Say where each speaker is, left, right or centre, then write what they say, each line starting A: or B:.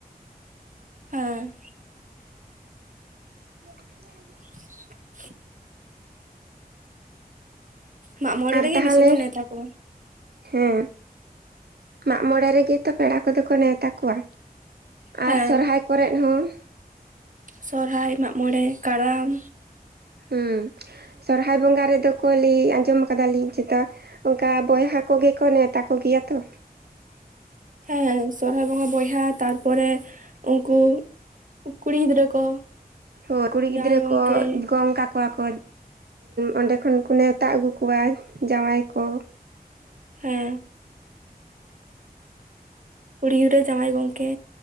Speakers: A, on the right; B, on the right.
A: ᱦᱮᱸ,
B: <inaudible> <inaudible>
A: <inaudible> <inaudible> ᱢᱟᱜ ᱢᱚᱬᱮ
B: ᱟᱨ
A: ᱨᱮᱜᱮ
B: ᱛᱟᱦᱟᱞᱮ
A: ᱵᱮᱥᱤ ᱵᱚᱱ ᱱᱮᱣᱛᱟ ᱠᱚᱣᱟ
B: ᱦᱮᱸ, ᱢᱟᱜ ᱢᱚᱬᱮ ᱨᱮᱜᱮ ᱛᱚ, ᱯᱮᱲᱟ ᱠᱚᱫᱚ ᱠᱚ ᱱᱮᱣᱛᱟ ᱠᱚᱣᱟ᱾
A: ᱦᱮᱸ
B: ᱟᱨ ᱥᱚᱨᱦᱟᱭ ᱠᱚᱨᱮᱸᱜ ᱦᱚᱸ᱾
A: ᱥᱚᱨᱦᱟᱭ, ᱢᱟᱜ ᱢᱚᱬᱮ, ᱠᱟᱨᱟᱢ᱾
B: ᱦᱚᱸ, ᱥᱚᱨᱦᱟᱭ ᱵᱚᱸᱜᱟ ᱨᱮᱫᱚ ᱠᱚ ᱞᱟᱹᱭ, ᱟᱸᱡᱚᱢ ᱠᱟᱫᱟᱞᱤᱧ ᱪᱮᱛᱟ ᱚᱝᱠᱟ ᱵᱚᱭᱦᱟ ᱠᱚᱜᱮ ᱠᱚ, ᱱᱮᱣᱛᱟ ᱠᱚᱜᱮᱭᱟ ᱛᱚ᱾
A: ᱦᱮᱸ, ᱥᱚᱨᱦᱟᱭ ᱵᱚᱸᱜᱟ ᱵᱚᱭᱦᱟ, ᱛᱟᱨ ᱯᱚᱨᱮ ᱩᱝᱠᱩ ᱠᱩᱲᱤ ᱜᱤᱫᱽᱨᱟᱹ ᱠᱚ᱾
B: ᱦᱳ, ᱠᱩᱲᱤ ᱜᱤᱫᱽᱨᱟᱹ
A: ᱡᱟᱶᱟᱭ ᱜᱚᱝᱠᱮ
B: ᱠᱚ ᱜᱚᱝ ᱠᱟ ᱠᱚᱣᱟ ᱠᱚ, ᱚᱸᱰᱮ ᱠᱷᱚᱱ ᱠᱚ ᱱᱮᱣᱛᱟ ᱟᱹᱜᱩ ᱠᱚᱣᱟ, ᱡᱟᱶᱟᱭ ᱠᱚ᱾
A: ᱦᱮᱸ, ᱠᱩᱲᱤ ᱜᱤᱫᱨᱟᱹ ᱡᱟᱶᱟᱭ ᱜᱚᱝᱠᱮ᱾